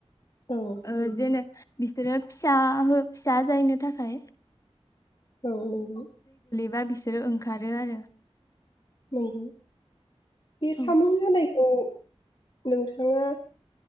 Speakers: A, on the left; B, on the left.
A: औ
B: ओ
A: नंगौ
B: जेनेबा बि सोरो फिसा हो फिसा जायनो थाखाय
A: औ नंगौ
B: बा बिसोरो ओंखारो आरो
A: नंगौ बे
B: औ
A: साम' लादायखौ औ नोंथाङा